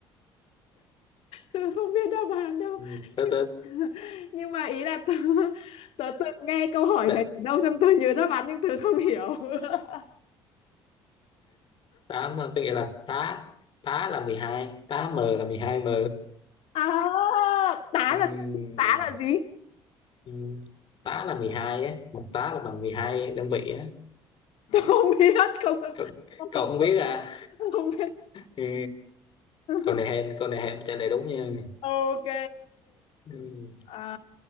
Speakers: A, on the left; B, on the left.
A: tớ không biết đáp án đâu
B: Ừ, Từ
A: nhưng, <laughs> nhưng mà ý là tớ, tớ từng nghe câu hỏi
B: từ.
A: này ở đâu xong tớ nhớ đáp án nhưng tớ không hiểu <laughs>
B: tám có nghĩa là tá tá là mười hai tá m là 12 m
A: à tá
B: Ừm,
A: là tá là gì
B: ừm, tá là 12 á một tá là bằng 12 đơn vị á
A: <laughs> không biết không
B: cậu, cậu
A: không
B: không biết à
A: không biết
B: ừ,
A: <laughs>
B: câu này hên câu này hên trả lời đúng nha
A: ok
B: Ừm,
A: à,